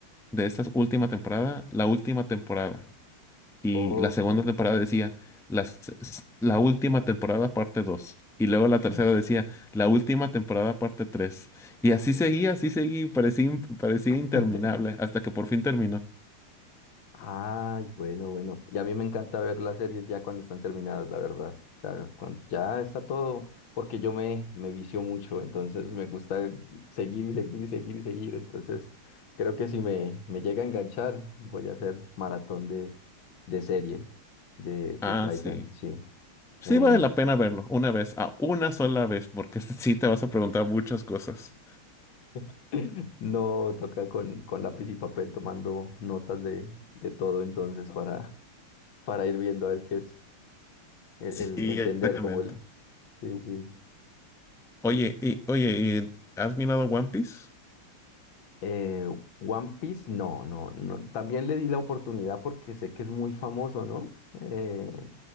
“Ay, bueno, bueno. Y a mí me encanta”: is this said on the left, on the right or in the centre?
Left